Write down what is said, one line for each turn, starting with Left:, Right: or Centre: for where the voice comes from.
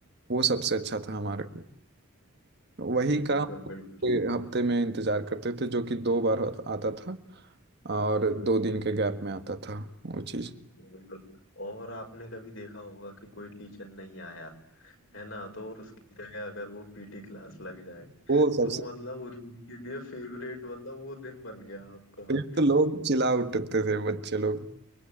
Right: वो सबसे अच्छा था हमारे को
Left: <laughs>
Right: वही का
Left: बिल्कुल
Right: हम
Left: बिल्कुल
Right: पूरे हफ्ते में इंतजार करते थे जो कि दो बार आता आता था और दो दिन के गैप में आता था वो चीज़
Left: बिल्कुल और आपने कभी देखा होगा कि कोई टीचर नहीं आया है ना तो और उसकी जगह अगर वो पीटी क्लास लग जाए
Right: वो सबसे
Left: तो मतलब उस दिन के लिए फेवरेट मतलब वो दिन बन गया आपका
Right: फिर तो लोग चिल्ला उठते थे बच्चे लोग